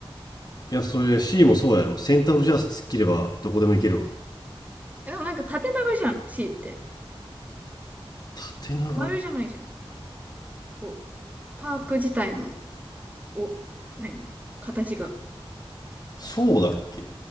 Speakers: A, on the left (about 45°); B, on the right (about 15°).
A: いやそれ C もそうやろセンターオブジャース突っ切ればどこでも行けるわ
B: ゃん。えでもなんか縦長じゃん、C って。
A: 縦長
B: 丸じゃないじゃん。こう、パーク自体の、お、何形が。
A: そうだっけ